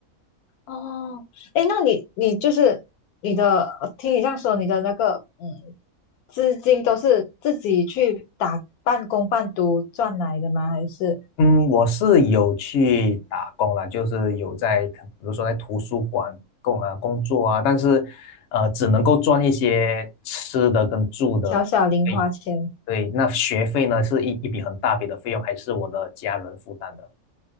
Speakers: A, on the left (about 85°); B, on the left (about 65°).
A: 哦，诶，那你你就是你的，听你这样说，你的那个嗯，资金都是自己去打半工半读赚来的吗？还是
B: 嗯，我是有去打工啦，就是有在，可比如说在图书馆工呃工作啊，但是呃只能够赚一些吃的跟住的费用
A: 小小零花钱？
B: 对，那学费呢是一一笔很大笔的费用，还是我的家人负担的。